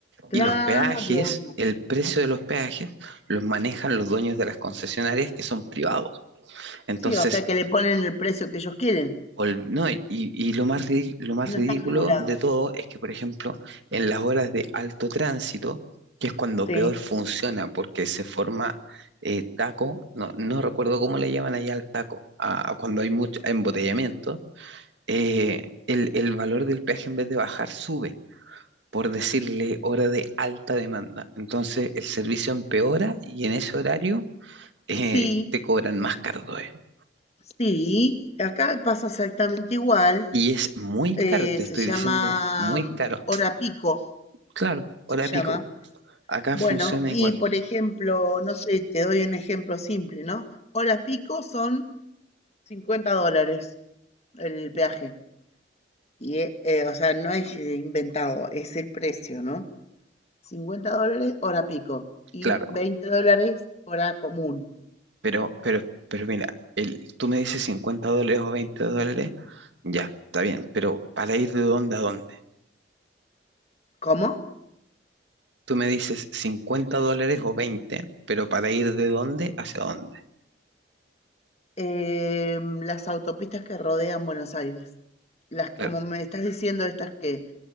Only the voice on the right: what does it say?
Y los peajes, el precio de los peajes, los manejan los dueños de las concesionarias que son privados. Entonces,
Ol- No, y, y lo más ridi- lo más
ridículo
de todo es que, por ejemplo, en las horas de alto tránsito, que es cuando
peor funciona, porque se forma eh, taco, no, no recuerdo cómo le llaman allá al taco, a, a cuando hay mucho embotellamiento, eh, el, el valor del peaje en vez de bajar sube, por decirle hora de alta demanda. Entonces el servicio empeora y en ese horario eh,
te cobran más caro todavía.
Y es muy caro,
te
estoy
diciendo, muy
caro.
Claro, hora
pico. Acá
funciona
igual,
claro,
pero, pero, pero mira, el, tú me dices 50 dólares o 20 dólares, ya, está bien, pero para ir de dónde a dónde.
Tú me dices 50 dólares o 20, pero para ir de dónde hacia dónde.
Claro,